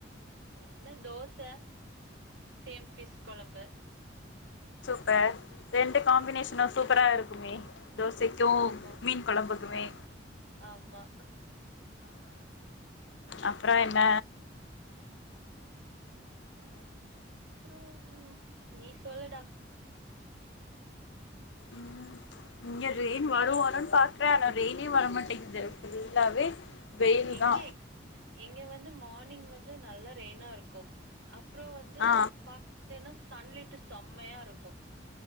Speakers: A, on the right; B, on the left.
A: என்ன தோச சேம் ஃபிஷ் கொழம்பு
B: சூப்பர் ரெண்டு காம்பினேஷனு சூப்பரா இருக்குமே தோசைக்கு
A: ஆமா
B: மீன் கொழம்புக்குமே
A: ஆமா
B: அப்பற என்ன
A: ஆஹ் அப்றம் நீ சொல்லுடா
B: ம் இங்க ரெயின் வரு வருன்னு பாக்றே ஆனா ரெயினே வரமாட்டேங்குது ஃபுல்லாவே வெயில்
A: இங்க
B: தா
A: எக்ஸ் இங்க வந்து மார்னிங் வந் து நல்லா ரெயினாருக்கு அப் அப்புற வந்து
B: ஆ
A: பாத்துட்டின்னா சன்லிட் டு செம்மையாருக்கு